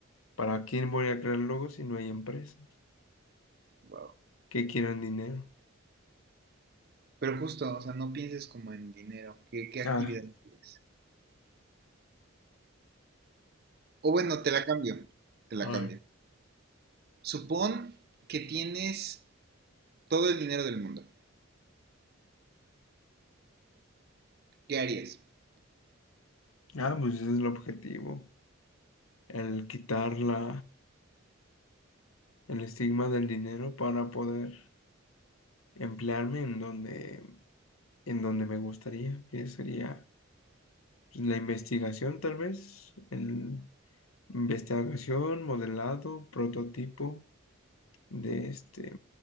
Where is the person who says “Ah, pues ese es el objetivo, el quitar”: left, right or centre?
Left